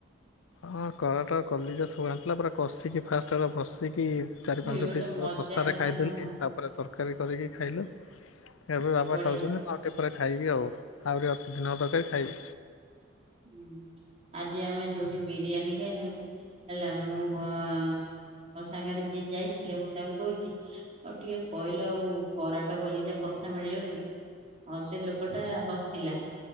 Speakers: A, on the left; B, on the right.
A: ହଁ କରଟ କଲିଜା ସବୁ ଆଣିଥିଲା ପୁରା କଷିକି ଫାଷ୍ଟ ହେଲା ବସିକି ଚାରି,
B: ହେଇ
A: ପାଞ୍ଚ
B: ଗୋଟେ
A: ପିସ୍ ପୁରା
B: ମଜା
A: କଷାରେ
B: କଥା
A: ଖାଇଦେଲି।
B: ହଁ
A: ତାପରେ ତରକାରୀ କରିକି ଖାଇଲୁ ତାପରେ ବାପା
B: ବଢିଆ
A: ଖାଉଛନ୍ତି, ମୁଁ ଆଉ ଟି କେ ପରେ ଖାଇବି ଆଉ, ଆଉରି ଅଛି ଦିନ ତରକାରୀ ଖାଇବି।
B: ହୁଁ, ଆଜି ଆମେ ଯୋଉଠି ବିରିୟାନୀ ଖାଇନୁ ହେଲା ମୁଁ ଘ ମୋ ସାଙ୍ଗରେ ଯିଏ ଯାଇଥିଲେ ମୁଁ ତାଙ୍କୁ କହୁଛି ଆଉ ଟିକେ କହିଲ ଆଉ କରାଟ କଲିଜା କଷା ମିଳିବ କି? ଆଉ ସେ ଲୋକଟା ହସିଲା